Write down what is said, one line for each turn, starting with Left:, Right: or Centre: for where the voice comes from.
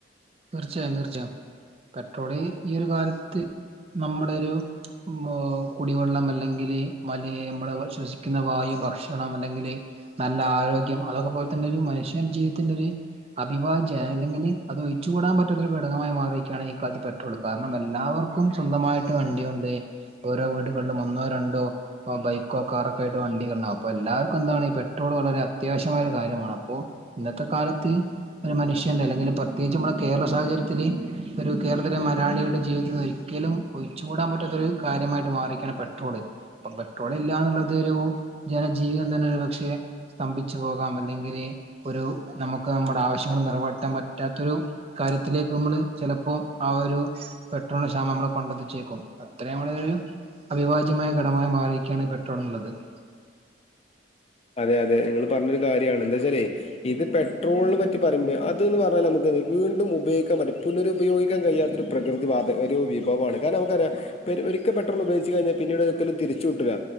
Right: തീർച്ചയായും തീർച്ചയായും പെട്രോള് ഈ ഒരു കാലത്ത് നമ്മുടെ ഒരു മ് കുടിവെള്ളം അല്ലെങ്കിൽ മ നമ്മള് ശ്വസിക്കുന്ന വായു ഭക്ഷണം അല്ലെങ്കിൽ നല്ല ആരോഗ്യം അതൊക്കെ പോലെ തന്നെ ഒരു മര് മനുഷ്യ ജീവിതത്തിന്റെ ഒരു അഭിഭാജ്യം അല്ലെങ്കിൽ അത് ചൂടാൻ പറ്റാത്തൊരു ഘടകമായി മാറിയിരിക്കുകയാണ് ഈ കാലത്ത് പെട്രോൾ കാരണം എല്ലാവർക്കും സ്വന്തമായിട്ട് വണ്ടിണ്ട് ഓരോ വീടുകളിലും ഒന്നോ രണ്ടോ ബൈക്കോ കാറൊക്കെ ആയിട്ട് വണ്ടികളും അപ്പോ എല്ലാർക്കും എന്താണ് പെട്ട ട്രോൾ വളരെ അത്യാവശ്യമായ ഒരു കാര്യമാണ് അപ്പോ ഇന്നത്തെ കാലത്ത് ഒരു മനുഷ്യന്റെ അല്ലെങ്കിൽ പ്രത്യേകിച്ച് നമ്മുടെ കേരള സാഹചര്യത്തില്ൽ ഒരു കേരളത്തിലെ മലയാളിയുടെ ജീവിതത്തിൽന്ന് ഒരിക്കലും ഒഴിച്ചുകൂടാൻ പറ്റാത്ത കാര്യമായിട്ട് മാറാണ് പെട്രോള് അപ്പം പെട്രോൾ ഇല്ല എന്നുള്ളത് ഒരു ജനജീവിതം തന്നെ പക്ഷെ സ്തംഭിച്ചു പോകാം അല്ലെങ്കിൽ ഒരു നമുക്ക് നമ്മടെ ആവശ്യങ്ങൾ നിറവറ്റാൻ പറ്റാത്ത ൊരു കാര്യത്തിലേക്ക് നമ്മള് ചിലപ്പോൾ ആ ഒരു പെട്രോളിന്റെ ക്ഷാമം നമ്മൾ കൊണ്ടെത്തിച്ചേക്കും ഇത്രയും ഒരു അവിഭാജ്യമായ ഘടമായി മാറിയിരിക്കയാണ് പെട്രോൾ എന്നുള്ളത് <inaudible>
Left: അതെ അതെ നിങ്ങൾ പറഞ്ഞൊരു കാര്യണ് എന്താ വെച്ചാലേ ഇത് പെട്രോളിനന് പറ്റി പറയ്പോ അത് എന്ന് പറഞ്ഞാൽ നമുക്ക് വീണ്ടും ഉപയോഗിക്കാൻ മറ്റേ പുനരുപയോഗിക്കാൻ കഴിയാത്തൊ ഒരു പ്രകൃതി വാത ഒരു വിഭവമാണ് കാരണം നമുക്കറിയാം ഒരിക്കൽ പെട്രോൾ ഉപയോഗച്ച് കഴിഞ്ഞാ പിന്നീട് ഒരിക്കലും തിരിച്ചിട്ടുല